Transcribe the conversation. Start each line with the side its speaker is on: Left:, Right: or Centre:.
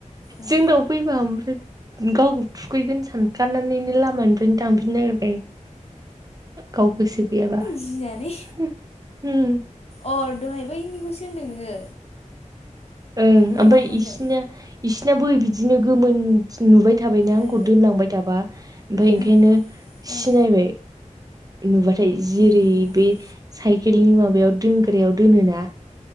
Left: उम
Right: जोंनाव फैबा ओमफ्राय गावखौ थुखैगोन सानखानानैनो लामानिफ्रायनो थांफिननो नागिरखायो। गाव गोसो गैयाबा।
Left: गिनानै
Right: होम।
Left: अ दहाय बैनिखौसो होनदों नोङो।
Right: ओं
Left: ना
Right: ओमफ्राय
Left: माखौ होनदों
Right: इसिना इसिना बो बिदिनो गोमोन नुबाय। थाबायनो आंखौ
Left: ओ
Right: दोनलांबाय थाबा ओमफ्राय ओंखायनो
Left: ओ ओं
Right: सिनायबाय
Left: ओं
Right: नुबा थाय जिरि
Left: होमबानो
Right: बे साइकेलनि माबायाव दोनग्रायाव दोनोना।